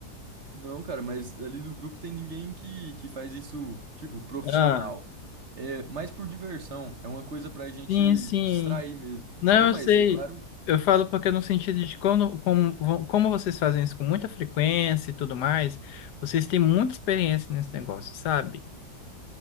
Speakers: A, on the right; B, on the left.
A: Não, cara, mas ali do grupo tem ninguém que, que faz isso, tipo, profissional.
B: Ah,
A: É mais por diversão, é uma coisa pra gente
B: sim, sim.
A: distrair mesmo.
B: Não,
A: Não,
B: eu
A: mas
B: sei.
A: é claro.
B: Eu falo porque no sentido de como, como, vo- como vocês fazem isso com muita frequência e tudo mais, vocês têm muita experiência nesse negócio, sabe?